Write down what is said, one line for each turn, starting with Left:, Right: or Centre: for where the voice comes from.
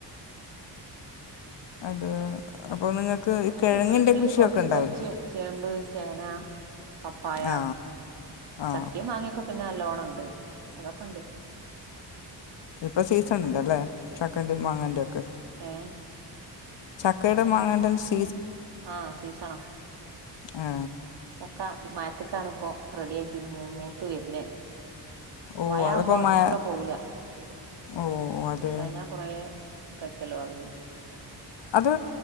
Left: അത് അപ്പോൾ നിങ്ങൾക്ക്
Right: ഇവിടൊക്കെ
Left: ഈ കിഴങ്ങിൻ്റെ
Right: വീട്ടില്
Left: കൃഷിയൊക്കെ
Right: കൊറച്ച്
Left: ഉണ്ടാവില്ലേ
Right: കൊറച്ച് ചേമ്പ് ചേന പപ്പായ
Left: ആ ആ
Right: ചക്കയും മങ്ങയൊക്കെ പിന്ന നല്ലോ ണുണ്ട് അതൊക്കൊണ്ട്
Left: ഇപ്പ സീസൺ ഇണ്ടല്ലേ ചക്കന്റെ മാങ്ങന്റെ ഒക്കെ
Right: ആ
Left: ചക്കയുടെ മാങ്ങന്റേം സീ
Right: ആ സീസണാ
Left: ആ
Right: ക്ക ഈ മാത്ത്ക്കാണിപ്പോ റെഡി യായിട്ട് മൂ മൂത്ത് വരുന്നെ
Left: ഓ
Right: മഴ
Left: അതിപ്പോൾ
Right: ആവുമ്പോ അത്ര
Left: മഴ
Right: പോവൂല്ല
Left: ഓ അത്
Right: അല്ല ഞാൻ കൊറേക്കെ ചെലവാകുകേം
Left: അത്